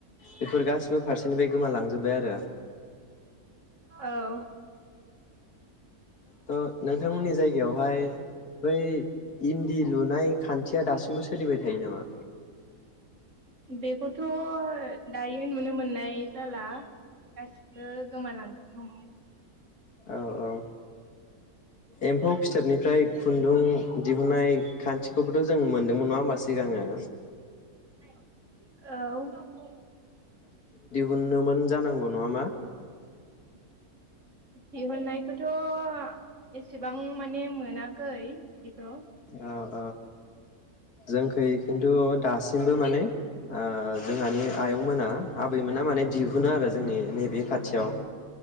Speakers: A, on the left; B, on the right.
A: बेफोर गासिबो फारसेनिफ्राय गोमालांजोब्बाय आरो।
B: औ
A: <unintelligible> थ' नोंथांमोननि जायगायावहाय बै इन्दि लुनाय खान्थिया दासिमबो सोलिबाय थायो नामा?
B: बेखौथ' दायो बे नुनो मोननाय जाला। गासिबो गोमालांजोबनो <unintelligible>
A: औ औ एम्फौ फिथोबनिफ्राय खुन्दुं दिहुननाय खान्थिखौबोथ' जों मोनदों नङा होमबा सिगांङो
B: औ।
A: उननोमोन जानांगौ नङामा?
B: दिहुननायखौथ' एसेबां माने मोनाखै। बिखौ।
A: औ औ। जोंखो इखिनि खिन्थु दासिमबो माने ओ जोंहानि आयंमोना आबैमोना माने दिहुनो आरो जोंनि नैबे खाथियाव।